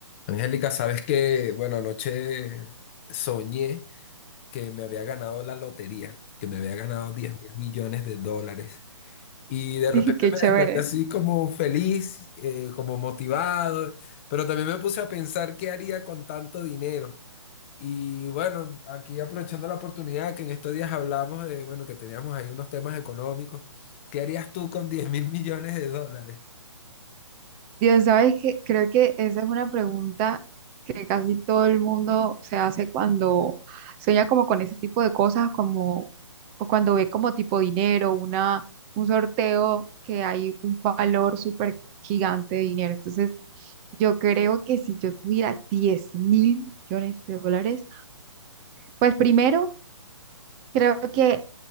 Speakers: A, on the left; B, on the right.
A: Angélica, sabes que, bueno, anoche soñé que me había ganado la lotería, que me había ganado 10 mil millones de dólares. Y
B: <laughs>
A: de repente
B: Dije, qué
A: me
B: chévere.
A: desperté así como feliz, eh, como motivado, pero también me puse a pensar qué haría con tanto dinero. Y bueno, aquí aprovechando la oportunidad que en estos días hablamos de, bueno, que teníamos ahí unos temas económicos, ¿qué harías tú con 10 mil millones de dólares?
B: Dios, ¿sabes que Creo que esa es una pregunta que casi todo el mundo se hace cuando sueña como con ese tipo de cosas, como o cuando ve como tipo dinero, una, un sorteo que hay un valor súper gigante de dinero. Entonces, yo creo que si yo tuviera diez mil millones de dólares, pues primero Creo que